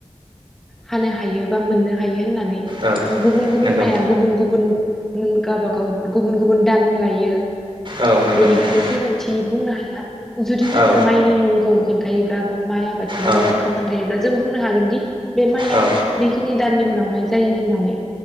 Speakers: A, in the centre; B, on the right (about 45°).
A: हानो हायो बा मोननो हायो होननानै
B: औ
A: गुबुन गुबुन
B: नंगौ
A: माइया गुबुन गुबुन गावबागाव गुबुन गुबुन दान लायो
B: औ नंगौ
A: बेनिखायनो
B: नोंथां
A: जोङो थि बुंनो हायो जुदि जोंनो
B: औ
A: माइनि मुंखौ खोनथायोबब्ला माइ आबादनि
B: औ
A: मुंखौ खोनथायोब्ला जों बुंनो हागोनदि बे माइया
B: औ
A: बेखिनि दाननि उनावहाय जायो होननानै